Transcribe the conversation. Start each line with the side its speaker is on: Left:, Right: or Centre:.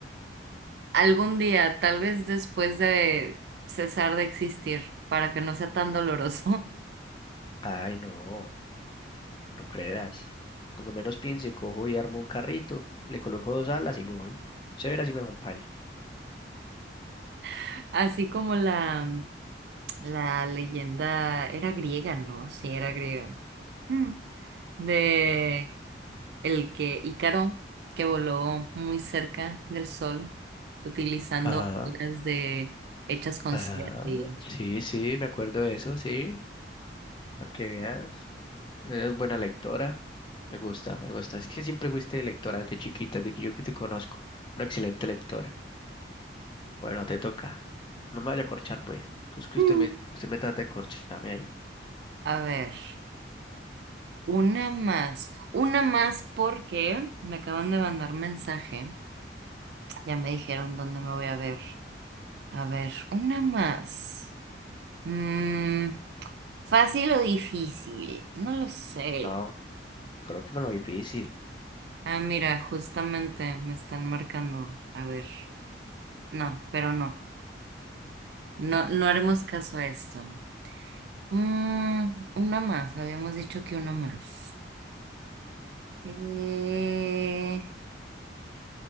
Right: Algún día, tal vez después de cesar de existir, para que no sea tan doloroso.
Left: Ay, no, no creerás. Cuando menos piense, cojo y armo un carrito, le coloco dos alas y me voy. Se verá si me acompaña.
Right: <laughs> Así como la, la leyenda era griega, ¿no? Sí, era griega. Mm. De el que Ícaro, que voló muy cerca del sol, utilizando
Left: Ajá,
Right: alas de hechas con
Left: ajá.
Right: cera y...
Left: Sí, sí, me acuerdo de eso, sí. Para que veas. Eres buena lectora. Me gusta, me gusta. Es que siempre fuiste lectora desde chiquita, desde que yo que te conozco. Una excelente lectora. Bueno, te toca. No me vaya a corchar, pues. que Es que
Right: Mm.
Left: usted me, usted me trata de corcharme ahí.
Right: A ver. Una más, una más porque me acaban de mandar mensaje. Ya me dijeron dónde me voy a ver. A ver, una más. Mm, ¿fácil o difícil? No lo sé.
Left: No, creo que me lo difícil.
Right: Ah, mira, justamente me están marcando. A ver, no, pero no. No, no haremos caso a esto. Mm, una más, habíamos dicho que una más. Eh,